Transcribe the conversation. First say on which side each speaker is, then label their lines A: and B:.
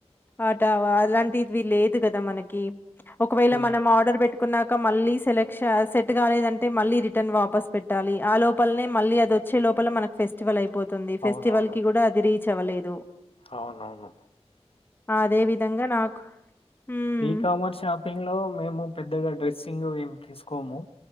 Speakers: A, on the left; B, on the left.
A: ఆట అలాంటివి లేదు కదా మనకి ఒకవేళ
B: హ్మ్.
A: మనం ఆర్డర్ పెట్టు క మళ్ళీ సెలక్షన్ సెట్ కాలేదంటే మళ్ళీ రిటర్న్ వాపస్ పెట్టాలి ఆ లోపలనే మళ్ళీ అది వచ్చే లోపల మనకి ఫెస్టివల్ అయిపోంది పోతుంది ఫెస్టివల్
B: అవునవును.
A: కి కూడా అది రీచ్ అవ్వలేదు
B: అవునవును.
A: అదే విధంగా నాకు హ్మ్.
B: ఇకామర్స స్ప్పంగ్ లో మేము పెద్దగా డ్రెస్సింగ్ ఏమి తీసుకోము